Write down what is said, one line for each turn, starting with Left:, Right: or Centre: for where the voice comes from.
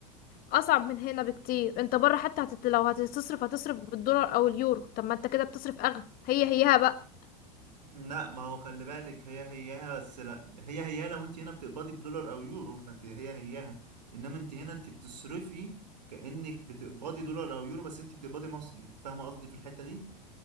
Left: اصعب من هنا بكتير انت بره حتى هتت... لو هتصرف هتصرف بالدولار او اليورو طب ما انت كده بتصرف اغلى هي هيها بقى
Right: لا ما هو خلي بالك هي هيها بس لا هي هيها لو انت هنا بتقبضي بدولار او يورو فانت هي هيها انما انت هنا انت بتصرفي كانك بتقبضي دولار او يورو بس انت بتقبضي مصري أنت فاهمه قصدي في الحته دي